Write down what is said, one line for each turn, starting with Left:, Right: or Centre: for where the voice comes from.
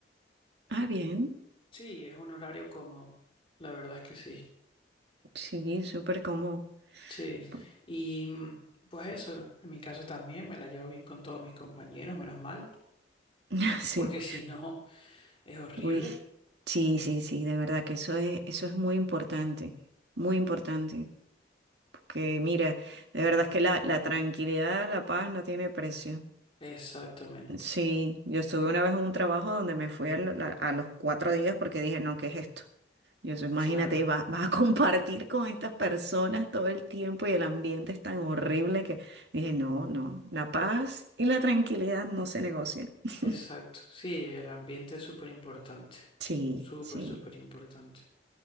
Right: Ah, bien.
Left: Sí, es un horario cómodo, la verdad es que sí.
Right: Sí, súper cómodo.
Left: Sí,
Right: Por-
Left: y mm, pues eso, en mi caso también me la llevo bien con todos mis compañeros, menos mal,
Right: <laughs> Sí.
Left: porque si no es horrible.
Right: Uy, sí, sí, sí, de verdad que eso es, eso es muy importante, muy importante. Porque mira, de verdad es que la, la tranquilidad, la paz no tiene precio.
Left: Exactamente,
Right: Sí, yo estuve una vez en un trabajo donde me fui a, la- a los cuatro días porque dije, no, ¿qué es esto? Yo soy, imagínate,
Left: claro,
Right: va- vas a <laughs> compartir con estas personas todo el tiempo y el ambiente es tan horrible que dije, no, no, la paz y la tranquilidad no se negocian. <gasps>
Left: exacto. Sí, el ambiente es súper importante,
Right: Sí,
Left: súper,
Right: sí,
Left: súper importante.